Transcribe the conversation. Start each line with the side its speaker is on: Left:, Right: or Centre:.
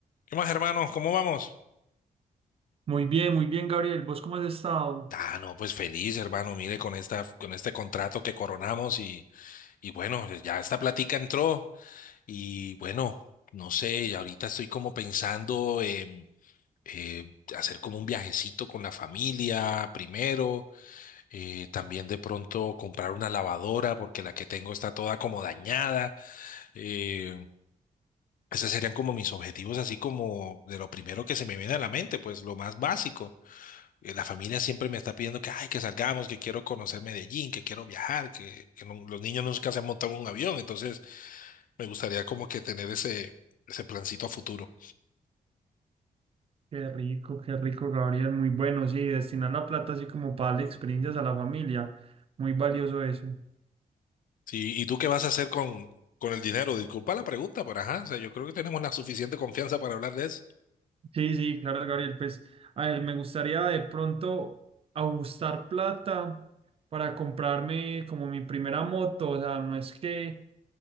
Left: ¿Qué más, hermano? ¿Cómo vamos?
Right: Muy bien, muy bien, Gabriel. ¿Vos cómo has estado?
Left: Ah, no, pues feliz, hermano. Mire, con esta, con este contrato que coronamos y, y bueno, ya esta platica entró y bueno, no sé, y ahorita estoy como pensando en eh, hacer como un viajecito con la familia primero, eh, también de pronto comprar una lavadora porque la que tengo está toda como dañada. eh, esos serían como mis objetivos, así como de lo primero que se me viene a la mente, pues lo más básico. eh, La familia siempre me está pidiendo que, ay, que salgamos, que quiero conocer Medellín, que quiero viajar, que, que no- los niños nunca se han montado en un avión, entonces me gustaría como que tener ese, ese plancito a futuro.
Right: Qué rico, qué rico, Gabriel. Muy bueno, sí, destinar la plata así como para darle experiencias a la familia. Muy valioso eso.
Left: Sí, ¿y tú qué vas a hacer con, con el dinero? Disculpa la pregunta, pero ajá, o sea, yo creo que tenemos la suficiente confianza para hablar de eso.
Right: Sí, sí, claro, Gabriel. Pues, a ver, me gustaría de pronto ajustar plata para comprarme como mi primera moto. O sea, no es que